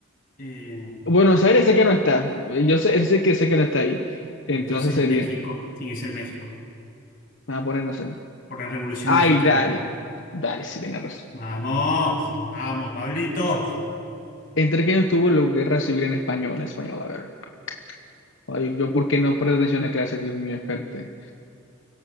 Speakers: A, on the left (about 45°); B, on the left (about 65°).
A: Eh,
B: Buenos Aires sé que no está. Yo sé, sé que sé que no está ahí.
A: entonces
B: Entonces sería,
A: en México,
B: me
A: tiene que ser México,
B: voy a poner, no sé.
A: por la Revolución
B: Ay,
A: Mexicana.
B: dale. Dale, sí, tienes razón.
A: Vamos, vamos, Pablito.
B: ¿Entre quién estuvo la guerra civil en español? En español, a ver. Ay, yo, ¿por qué no presto atención a clase? Dios mío, espérate.